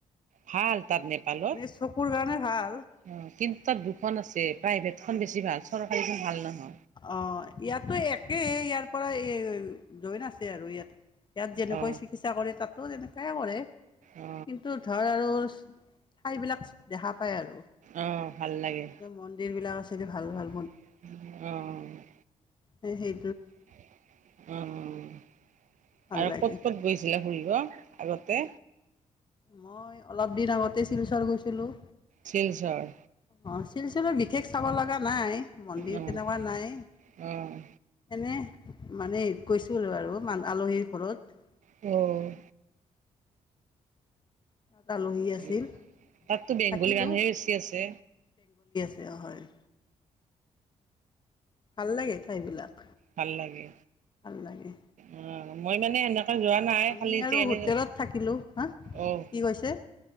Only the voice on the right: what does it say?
ভাল। তাত নেপালত।
অ'। কিন্তু তাত দুখন আছে। প্ৰাইভেট খন বেছি ভাল, চৰকাৰীখন ভাল নহয়।
অ
অ
অ ভাল লাগে
অ'।
অ'।
আৰু
ক'ত ক'ত গৈছিলা ফুৰি অ', আগতে‌
শিলচৰ।
অ',
অ',
অ'।
উম, তাতো
বেংগলী
মানুহে বেছি আছে।
ভাল লাগে।
অ'। মই মানে সেনেক কে যোৱা নাই।
খালি
ট্ৰেইনেৰে,
অ',